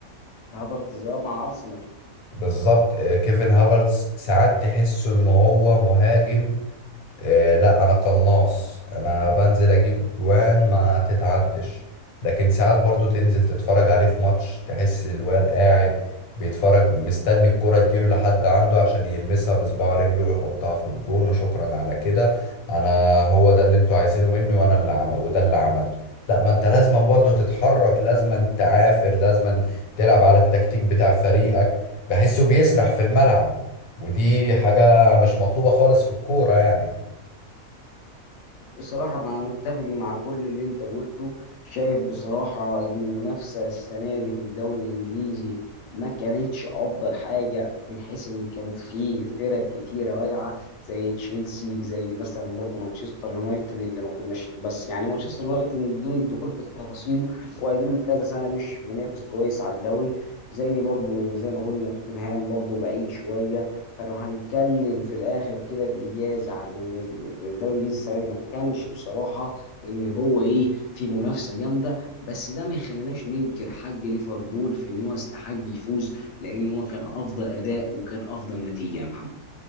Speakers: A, on the left (about 65°); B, on the left (about 80°).
A: هافرتز اه مع ارسنال
B: بالظبط آه، كيفن هافرتس ساعات تحسه إن هو مهاجم آه، لا انا قناص انا بنزل اجيب جوان ما تتعدش لكن ساعات برضو تنزل تتفرج عليه في ماتش تحس الواد قاعد بيتفرج مستني الكرة تجيله لحد عنده عشان يلمسها بصباع رجله ويحطها في الجون وشكرا على كده انا هو ده اللي انتوا عايزينه مني وانا اللي عم... وده اللي عملته لا ما انت لازما برضو تتحرك لازما تعافر لازما تلعب على التكتيك بتاع فريقك بحسه بيسرح في الملعب ودي حاجة مش مطلوبة خالص في الكورة يعني
A: بصراحة أنا متفق مع كل اللي أنت قلته شايف بصراحة إن المنافسة السنة دي في الدوري الإنجليزي ما كانتش أفضل حاجة من حيث إن كان في فرق كتيرة واجعة زي تشيلسي زي مثلا برضه مانشستر يونايتد اللي ما كناش بس يعني مانشستر يونايتد بدون الدخول في تفاصيله وقاعدين كذا سنة مش منافس كويس على الدوري زي برضه زي ما قلنا توتنهام برضه بعيد شوية فلو هنتكلم في الاخر كده بايجاز عن ان ال- الدوري الانجليزي السنه دي ما كانش بصراحه ان هو ايه في منافسه جامده بس ده ما يخليناش ننكر حق ليفربول في ان هو استحق يفوز لان هو كان افضل اداء وكان افضل نتيجه يا محمد